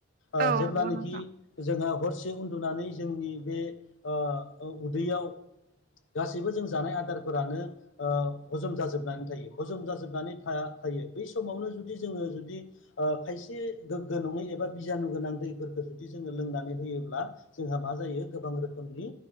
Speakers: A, on the left; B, on the right.
A: ओ
B: औ
A: जेब्लानाखि
B: नंगौ नोंथां
A: जोंङो हरसे उन्दुनानै जोंनि बे ओ अ उदैयाव गासैबो जों जानाय आदारफोरानो ओ हजम जाजोबनानै थायो हजम जाजोबनानै थ थायो बै समावनो जुदि जोङो जुदि खाय एसे गोग्गो नङै एबा बिजानु गोनां दैफोरखौ जुदि जोङो लोंनानै होयोब्ला जोंहा मा जायो गोबां रोखोमनि